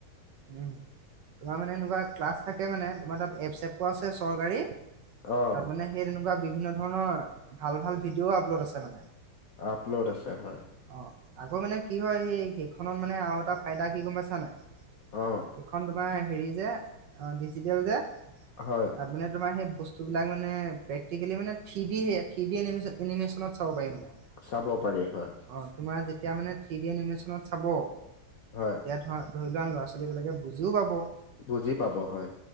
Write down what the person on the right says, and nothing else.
উ তোমাৰ মানে এনেকুৱা ক্লাছ থাকে মানে তোমাৰ তাত এপচ চেপটো আছে চৰকাৰী।
তাৰ মানে সেই তেনেকুৱা বিভিন্ন ধৰণৰ ভাল ভাল ভিডিঅ' আপলোড আছে মানে।
অ' আকৌ মানে কি হয়, সেইখনত মানে আৰু এটা ফাইদা কি গম পাইছা নাই?
এইখন তোমাৰ হেৰি যে, অ' ডিজিটেল যে।
তাত মানে তোমাৰ হে বস্তুবিলাক মানে, প্ৰেক্টিকেলি মানে থ্ৰিডি, থ্ৰিডি এনিমে এনিমে্চনত চাব পাৰি মানে।
অঁ তোমাৰ যেতিয়া মানে থ্ৰী ডি এনিমেশ্যনত চাব।
এতিয়া ধৰা ধৰি লোৱা লৰা ছোৱালীবিলাকে বুজিও পাব।